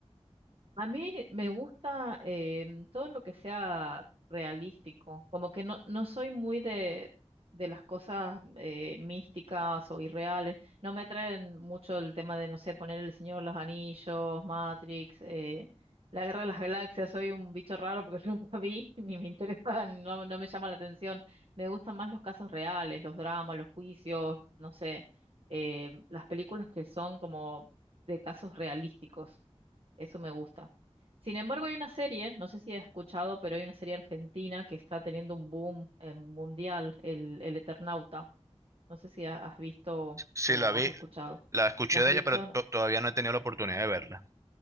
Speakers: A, on the right; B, on the right.
A: A mí me gusta em, todo lo que sea realístico, como que no, no soy muy de, de las cosas eh, místicas o irreales, no me traen mucho el tema de, no sé, poner el Señor de los Anillos, Matrix, eh, la Guerra de las Galaxias, soy un bicho raro porque <laughs> nunca vi, ni me interesa, no, no me llama la atención, me gustan más los casos reales, los dramas, los juicios, no sé, eh, las películas que son como de casos realísticos. Eso me gusta. Sin embargo, hay una serie, no sé si has escuchado, pero hay una serie argentina que está teniendo un boom eh, mundial, el, el Eternauta. No sé si ha- has visto
B: Sí,
A: o
B: la vi,
A: has escuchado.
B: la escuché
A: ¿La has
B: de
A: visto?
B: ella, pero to- todavía no he tenido la oportunidad de verla.